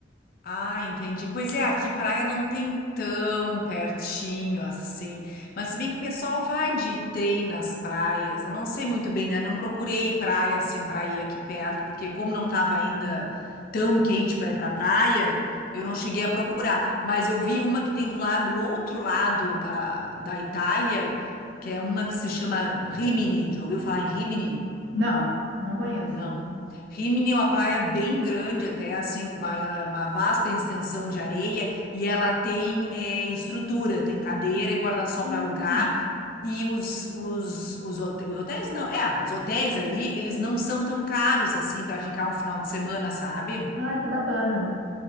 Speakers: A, on the left; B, on the right.
A: ah, entendi. Pois é, aqui praia não tem tão pertinho assim. Mas se bem que o pessoal vai de trem nas praias. Eu não sei muito bem, né? Não procurei praia assim pra ir aqui perto, porque como não tava ainda tão quente pra ir pra praia, eu não cheguei a procurar. Mas eu vi uma que tem do lado, do outro lado da, da Itália, que é uma que se chama Rimini. Já ouviu falar em Rimini?
B: Não, não conheço.
A: Não. Rimini é uma praia bem grande, até assim, com uma, uma vasta extensão de areia, e ela tem eh, estrutura, tem cadeira e guarda-sol
B: Hum.
A: para alugar. E os, os, os, hote- os hotéis, não, é, os hotéis ali, eles não são tão caros assim para ficar um final de semana, sabe?
B: Ai, que bacana.